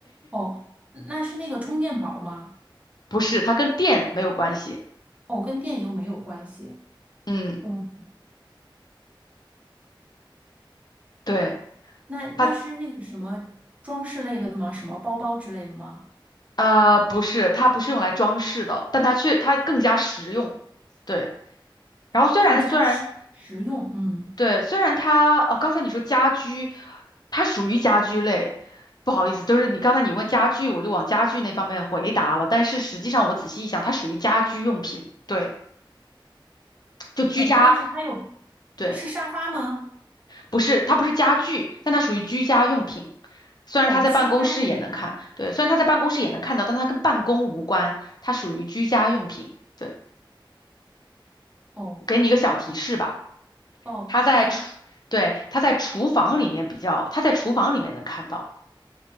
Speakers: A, on the right (about 15°); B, on the left (about 50°).
A: 哦，嗯那是那个充电宝吗？
B: 不是，它跟电没有关系。
A: 哦，跟电又没有关系。
B: 嗯，
A: 嗯，
B: 对，
A: 那那是那个什么装饰类的吗？
B: 它
A: 什么包包之类的吗？
B: 呃不是，它不是用来装饰的，但它却它更加实用。对，然后虽然虽然
A: 更加实实用，嗯。
B: 对，虽然它哦，刚才你说家居，它属于家居类，不好意思，就是你刚才你问家具，我就往家具那方面回答了，但是实际上我仔细一想，它属于家居用品，对，就居家，
A: 嗯，但是它有，
B: 对，
A: 是沙发吗？
B: 不是，它不是家具，但它属于居家用品。虽然它在办公室也能看，
A: 哦，居家用品啊。
B: 对，虽然它在办公室也能看到，但它跟办公无关，它属于居家用品。对，
A: 哦
B: 给你一个小提示吧，
A: 哦，
B: 它在厨，
A: 对啊，
B: 对，它在厨房里面比较，它在厨房里面能看到。